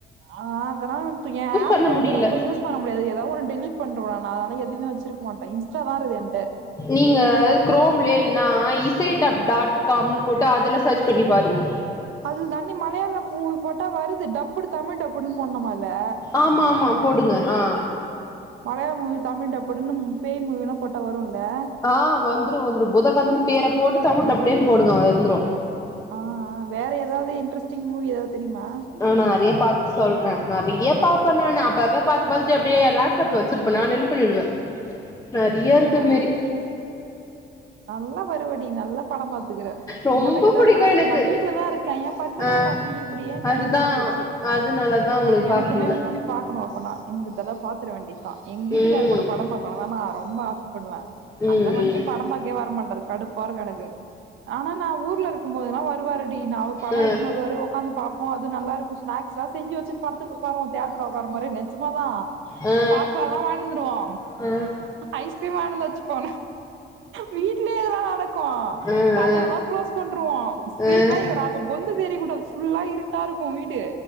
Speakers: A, on the right; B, on the left.
A: ஆ அதெல்லா <unintelligible> ஏ ஆஃப்பு
B: பண்ண
A: வந்து
B: முடியல
A: ரொம்ப யூஸ் பண்ண முடியாது எதா ஒன்னு டெலிட் பண்றுவே நா அதனா எதுவுமே வெச்சிருக்க மாட்டே இன்ஸ்ட்டா தா இருக்குது ஏன்ட
B: நீங்க குரோம்லே இல்லனா இசை டப் டாட் காம்னு போட்டு அதுல சர்ச் பண்ணி பாருங்க
A: அதுதான் டி மலையாள மூவினு போட்டா வருது டப்புடு தமிழ் டப்புடுனு போட்னுமா அதுல
B: ஆமா ஆமா போடுங்க ஆ
A: மலையாள மூவி தமிழ் டப்புடுனு பேய் மூவில்லா போட்டா வருல்ல
B: ஆ வந்துரு வந்துரு பூதகாதம்னு பேர போட்டு தமிழ் டப்டேனு போடுங்க வந்துரு
A: ஆ ஆ வேற எதாவது இன்ட்ரஸ்ட்டிங் மூவி எதாவது தெரியுமா
B: ம் நெறைய பாத்து சொல்ற நெறைய பாப்ப நானு அப்ப அப்ப பாத்து பாத்துட்டு அப்டியே லேப்டாப்ல வெச்சிருப்பனா டெலீட் பண்ணிடுவ நெறியா
A: அப்படியா
B: இருக்கு அதுமேரி
A: நல்லா வருவ டி நல்லா படம் பாத்துக்கிற
B: ரொம்ப
A: எனக்குதா
B: புடிக்கு
A: இந்த வாய்ப்பு
B: எனக்கு
A: நா வீட்ல தா இருக்க ஏ பசங்கள
B: ஆ
A: பாத்துக்க அப்டியே
B: அதுதா
A: டைம் ஓடி போச்சு
B: அதுனாலதா உங்களுக்கு
A: எனக்குமே
B: பாக்க முடில
A: மூவி பாக்கணு அப்பனா இந்த தடவ பாத்துரவேண்டி தா எங்க வீட்டுக்காரு
B: ம்
A: கூட படோ பாக்கணுன்னா நா ரொம்ப ஆசப்படுவே
B: ம்
A: அந்த மனுஷே க்கே வர மாட்டாரு கடுப்பா இருக்கு எனக்கு ஆனா நா ஊர்ல இருக்கும்போதெல்லா வருவாருடி நா படோ
B: ம் ஆ
A: எடுதுன்னு வருவாரு ஒக்காந்து பாப்போ அது நல்லா இருக்கு ஸ்நாக்ஸ்லா செஞ்சு வச்சின்னு படத்துக்கு உக்காருவோ தேட்ருல ஒக்காற மாறி நெஜமாதா
B: ஆ
A: பாப் கான்ல்லா வாங்கின்னு வந்துருவோ
B: ஆ ஆ
A: ஐஸ்கிரீம் வாங்கின்னுவந்து வச்சுபோ வீட்லயே இதெல்லா நடக்கு
B: ஆ
A: கதவுல்லா குளோஸ் பண்றுவோ ஸ்கிரீன்லா
B: ஆ
A: இவரு அப்ப பொந்து தெரிய கூடாது ஃபுல்லா இருட்டா இருக்கு வீடு